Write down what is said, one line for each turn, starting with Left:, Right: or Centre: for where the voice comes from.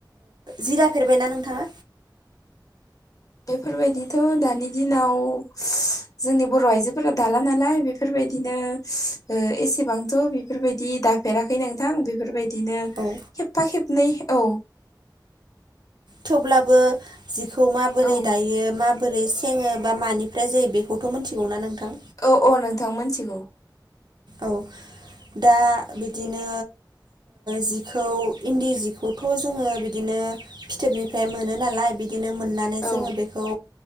Right: जिरा फेरबायनाा नोंथाङा
Left: बेफोरबायदिथ' दानि दिनाव जोंनि बर' आइजोफोरा दाला नालाय बेफोरबायदि बेबायदिनो एसेबांथ' बेफोरबायदि दाफेराखै नोंथां बेफोरबायदि बिदिनो
Right: औ
Left: खेबफा खेबनै औ
Right: थेवब्लाबो जिखौ माबोरै
Left: औ
Right: दायो मा बोरै सोङो बा मानिफ्राय जायो बेखौथ' मोनथिगौना नोंथां
Left: औ औ नोंथां मोनथिगौ
Right: औ दा बिदिनो जिखौ इन्दि जिखौथ' जोङो बिदिनो फिथोबनि मोन नालाय बिदिनो मोननानै जोंङो
Left: औ
Right: बेखौ